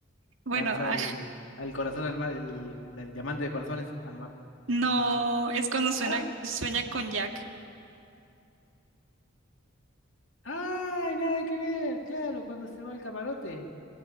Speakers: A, on the right; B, on the left.
A: Bueno,
B: lanza
A: ah,
B: el, al corazón al mar, el, el- el diamante de corazones al mar.
A: <laughs> no,
B: Sí, sí.
A: es cuando suena,
B: Ah,
A: sueña con Jack.
B: ¡Ay, nada que ver! Claro, cuando se va al camarote.